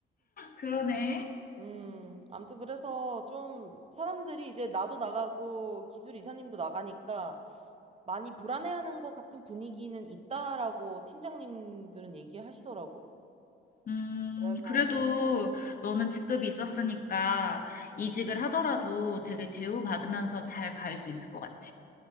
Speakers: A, on the left (about 45°); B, on the right (about 30°).
A: 그러네.
B: 음, 아무튼 그래서 좀 사람들이 이제 나도 나가고 기술 이사님도 나가니까 많이 불안해하는 것 같은 분위기는 있다라고 팀장님들은 얘기하시더라고.
A: 음,
B: 그래서
A: 그래도 너는 직급이 있었으니까 이직을 하더라도 되게 대우받으면서 잘 갈 수 있을 것 같아.